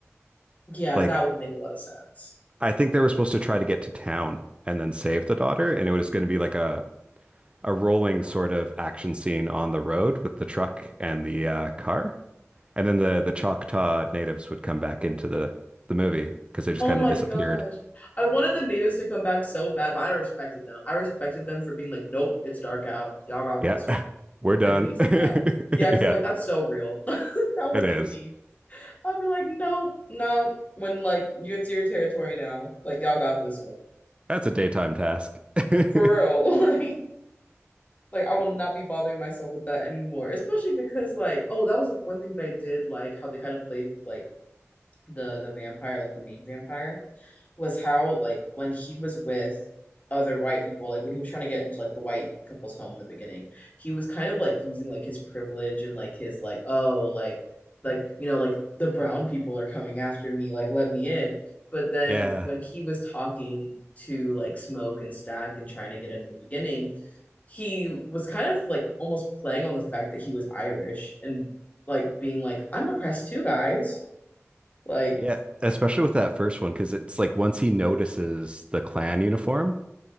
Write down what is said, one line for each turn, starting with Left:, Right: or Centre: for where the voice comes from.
Left: yeah,
Right: Like,
Left: that would make a lot of sense.
Right: I think they were supposed to try to get to town and then save the daughter, and it was going to be like a a rolling sort of action scene on the road with the truck and the uh, car, and then the the Choctaw natives would come back into the the movie because they just
Left: Oh
Right: kind
Left: my
Right: of disappeared.
Left: gosh. I wanted the natives to come back so bad, but I respected them. I respected them for being like, nope, it's dark out. Y'all got
Right: Yeah,
Left: this one.
Right: <laughs> we're done.
Left: And peacing
Right: <laughs>
Left: out. Yeah, because
Right: Yeah,
Left: I'm like, that's so real. <laughs> That
Right: it
Left: would
Right: is.
Left: be me. I'd be like, nope, no. When like it's your territory now, like y'all got this one.
Right: That's a daytime task. <laughs>
Left: For real. <laughs> Like, like I will not be bothering myself with that anymore. Especially because like, oh, that was one thing that I did like how they kind of played with like the the vampire, like the main vampire, was how like when he was with other white people, like when he was trying to get into like the white couple's home in the beginning, he was kind of like using like his privilege and like his like oh like like you know like the brown people are coming after me like let me in but then
Right: Yeah.
Left: when he was talking to like smoke and stack and trying to get in in the beginning he was kind of like almost playing on the fact that he was irish and like being like i'm oppressed too guys like
Right: Yeah, especially with that first one, because it's like once he notices the clan uniform,